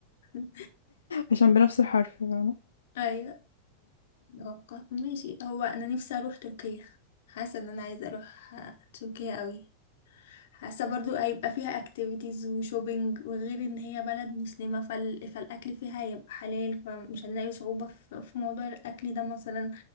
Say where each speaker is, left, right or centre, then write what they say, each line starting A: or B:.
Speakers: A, on the left; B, on the left.
A: <laughs>
B: عشان بنفس الحرف فاهمة
A: ايوه آه، قطر ماشي هو انا نفسي اروح تركيا حاسه ان انا عايزه اروح آه، تركيا قوي حاسة برضو هيبقى فيها اكتيفيتيز وشوبينج وغير ان هي بلد مسلمة فال... فالاكل فيها هيبقى حلال فمش هنلاقي صعوبة في... في موضوع الاكل ده مثلا